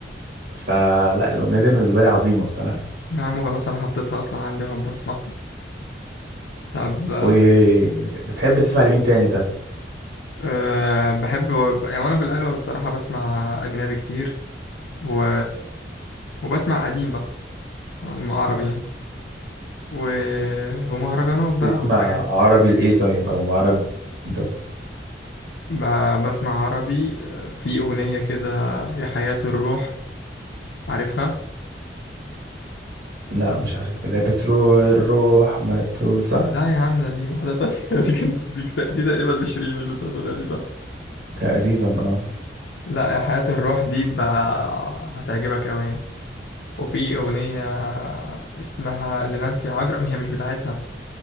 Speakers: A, on the right; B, on the left.
A: فلا الأغنية دي أنا بالنسبة لي عظيمة بصراحة
B: يا عم خلاص انا حطيتها اصلا عندي وهبقى اسمعها طب أه
A: وبتحب تسمع لمين تاني طيب؟
B: أه بحب يعني وانا في الاغلب الصراحه بسمع اجنبي كتير و وبسمع قديم بقى عربي يعني و... ومهرجانات بقى
A: تسمع
B: والحاجات دي
A: عربي لإيه طيب أو عربي طب
B: ب- بسمع عربي آه، في أغنية كده يا حياة الروح عارفها؟
A: لا مش عارف اللي هي بتروح الروح ما تقول صح؟
B: لا يا عم ده دي واحدة تانية <laughs> دي كان دي, كت- دي تقريبا لشيرين اللي انت هتقولها دي صح؟
A: تقريبا اه
B: لا يا حياة الروح دي بقى هتعجبك أوي يعني وفي أغنية آه، اسمها لنانسي عجرم هي مش بتاعتها